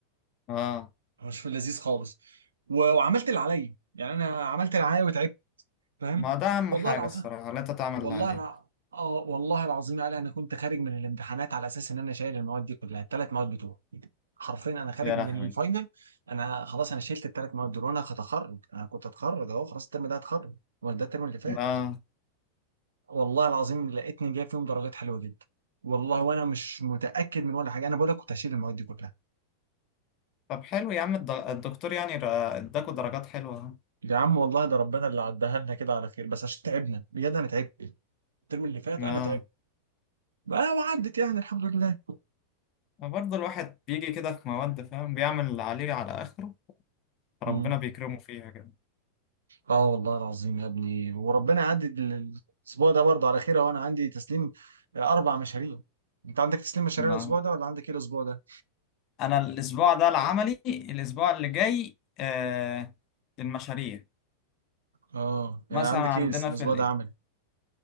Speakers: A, on the left (about 40°); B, on the right (about 70°).
A: اه
B: مش في اللذيذ خالص و- وعملت اللي عليا يعني انا عملت اللي عليا وتعبت فاهم
A: ما ده أهم
B: والله
A: حاجة
B: العظيم
A: الصراحة لا تتعمل
B: والله
A: اللي عليك
B: الع... اه والله العظيم يا علي انا كنت خارج من الامتحانات على اساس ان انا شايل المواد دي كلها الثلاث مواد بتوعي حرفيا انا خارج
A: يا
B: من
A: لهوي
B: الفاينل انا خلاص انا شلت الثلاث مواد دول وانا هتخرج انا كنت هتخرج اهو خلاص الترم ده هتخرج وانا ده الترم اللي فات
A: لا
B: والله العظيم لقيتني جايب فيهم درجات حلوه جدا والله وانا مش متاكد من ولا حاجه انا بقول لك كنت هشيل المواد دي كلها
A: طب حلو يا عم الد- الدكتور يعني را- اداكوا درجات حلوة أهو.
B: يا عم والله ده ربنا اللي عدها لنا كده على خير بس عشان تعبنا بجد انا تعبت الترم اللي فات
A: لا
B: انا تعبت بقى وعدت يعني الحمد لله
A: برضه الواحد بيجي كده في مواد فاهم بيعمل اللي عليه على آخره ربنا
B: مم.
A: بيكرمه فيها كده
B: اه والله العظيم يا ابني وربنا يعدي ال- الاسبوع ده برضه على خير اهو انا عندي تسليم اربع مشاريع انت عندك تسليم مشاريع
A: لا
B: الاسبوع ده ولا عندك ايه الاسبوع ده؟
A: أنا الأسبوع ده العملي الأسبوع اللي جاي آه المشاريع
B: اه يعني
A: مثلا
B: عندك
A: عندنا
B: ايه الاسبوع
A: في ال...
B: ده عملي؟